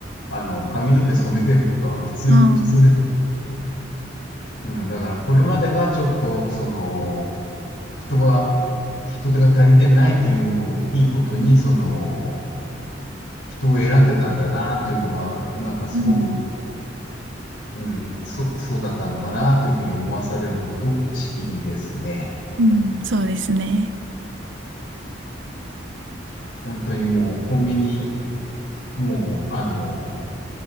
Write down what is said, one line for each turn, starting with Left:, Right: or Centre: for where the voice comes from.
Left: あの、髪の毛染めてるとか、普通に、
Right: ああ、
Left: 普通です。うん、だからこれまでがちょっと、その、人が、人手が足りてないというのをいいことに、その、人を選んでたんだなというのが、なんかすごく、
Right: うん。
Left: うん、そ、そうだったのかなというふうに思わされること、しきりですね。
Right: うん。そうですね。
Left: 本当にもうコンビニ、もう、あの、